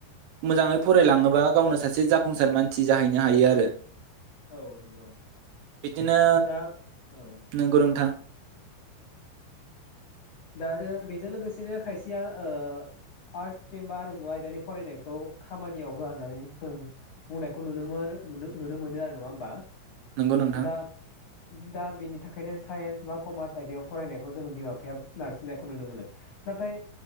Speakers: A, on the right; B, on the left.
A: मोजाङै फरायलाङोबा गावनो सासे जाफुंसार मानसि जाहैनो हायो आरो
B: औ नंगौ
A: बिदिनो
B: दा औ
A: नंगौ नोंथां।
B: दा आरो बेजों लोगोसेनो खायसेया ओ आर्टस स्ट्रिम बा आरमु आयदानि फरायनायखौ खामानियाव होआ होननानै जों बुंनायखौ नुनो नुनो मोनो आरो नङा होमबा
A: नंगौ नोंथां
B: दा दा बिनि थाखायनो साइन्स सोरबा कमार्च आयदायाव फरायनायखौ जोङो बिमा बिफाया नारसिननायखौ नुनो मोनो नाथाय